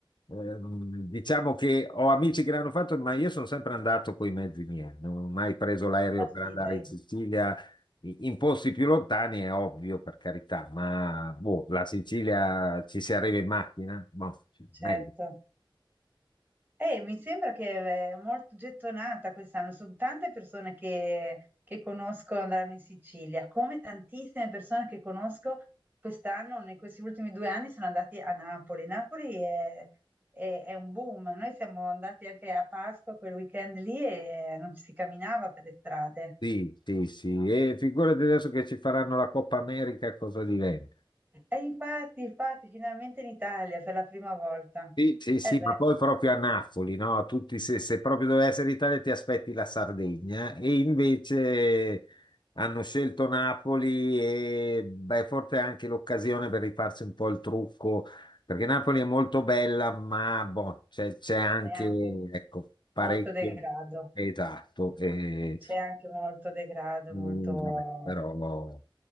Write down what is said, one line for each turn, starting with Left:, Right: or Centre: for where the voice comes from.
Left: Ehm, diciamo che ho amici che l'hanno fatto, ma io sono sempre andato con i mezzi miei, non ho mai preso l'aereo
Right: Ma sì,
Left: per andare
Right: dai,
Left: in Sicilia. In posti più lontani è ovvio, per carità, ma boh, la Sicilia ci si arriva in macchina? Boh, sì,
Right: certo.
Left: meglio.
Right: Eh, mi sembra che è molto gettonata quest'anno, sono tante persone che, che conosco andranno in Sicilia, come tantissime persone che conosco quest'anno, in questi ultimi due anni sono andati a Napoli. Napoli è, è- è un boom, noi siamo andati anche a Pasqua quel weekend lì e non ci si camminava per le strade.
Left: Sì, sì, sì. E figurati adesso che ci faranno la Coppa America, cosa diventa?
Right: E infatti, infatti, finalmente in Italia per la prima volta.
Left: Sì, sì, sì,
Right: E beh,
Left: ma poi proprio a Napoli, no? Tutti, se, se proprio doveva essere l'Italia, ti aspetti la Sardegna eh? e invece hanno scelto Napoli e beh, forse è anche l'occasione per rifarsi un po' il trucco, perché Napoli è molto bella, ma boh, c'è c'è anche,
Right: è anche
Left: ecco, parecchio.
Right: molto degrado,
Left: Esatto, e,
Right: c'è anche molto degrado,
Left: mm,
Right: molto...
Left: vabbè, però